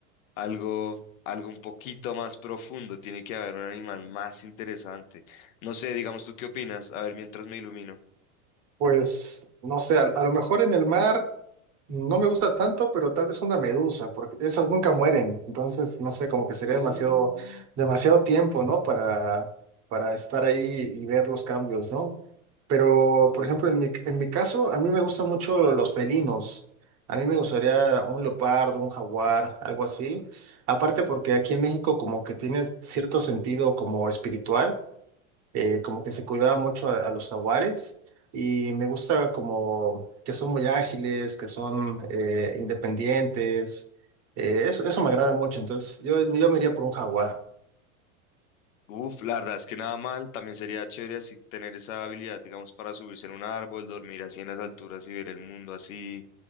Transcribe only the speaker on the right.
Pues no sé, a, a lo mejor en el mar no me gusta tanto, pero tal vez una medusa, porque esas nunca mueren. Entonces, no sé, como que sería
demasiado, demasiado tiempo, ¿no? Para, para estar ahí y ver los cambios, ¿no? Pero,
por ejemplo, en mi, en mi caso, a mí me gustan mucho los felinos. A mí me gustaría un leopardo, un jaguar, algo así. Aparte porque aquí en México como que tiene cierto sentido como espiritual eh, como que se cuidaba mucho a, a los jaguares y me gusta como que son muy ágiles, que son eh, independientes, eh, eso, eso me agrada mucho, entonces yo, yo me iría por un jaguar.